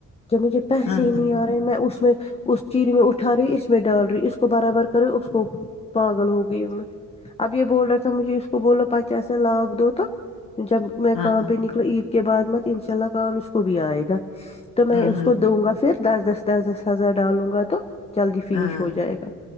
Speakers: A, on the left; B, on the left.
A: جب مجھے پیسے
B: ہاں
A: ہی نہیں
B: ہاں
A: آ رہے میں اس میں اس چییر میں اٹھا رہی اس میں ڈال رہی اس کو برابر کرے اس کو پاگل ہو گئی میں اب یہ بول رہا تھا مجھے اس کو بولو پ کی سا لاک دو تو جب میں
B: ہاں
A: کام پہ نکلا عید کے بعد مت ان شاء اللہ کام اس کو بھی آئے گا
B: ہاں
A: تو میں اس
B: ہاں
A: کو دوں گا پھر دس دس دس دس ہزار ڈالوں گا تو جلدی فنش
B: ہاں
A: ہو جائے گا